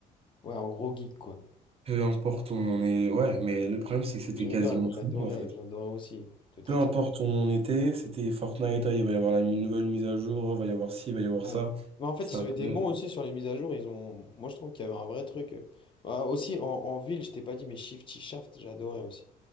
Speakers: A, on the left (about 30°); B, on the right (about 35°).
A: ouais, en gros geek, quoi.
B: Peu importe où on est, ouais, mais le problème, c'est que c'était
A: Je rigole,
B: quasiment
A: mais
B: tout
A: j'adorais,
B: le monde, en fait.
A: j'adorais aussi. Te taquiner.
B: Peu importe où on était, c'était Fortnite, ah, il va y avoir la mi- nouvelle mise à jour, il va y avoir ci, il va y avoir
A: Ouais.
B: ça.
A: Mais en fait,
B: C'était
A: ils
B: incroyable.
A: ont été bons aussi sur les mises à jour. Ils ont... Moi, je trouve qu'il y avait un vrai truc. Ah, aussi, en, en ville, je t'ai pas dit, mais Shifty Shaft, j'adorais aussi.